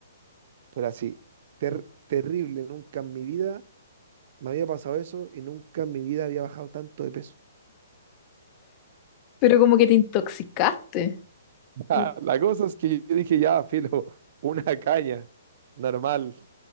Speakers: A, on the right; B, on the left.
A: pero así, ter- terrible, nunca en mi vida me había pasado eso, y nunca en mi vida había bajado tanto de peso.
B: pero como que te intoxicaste.
A: Ah,
B: Como-
A: La cosa es que yo dije, ya, filo, <laughs> una caña, normal,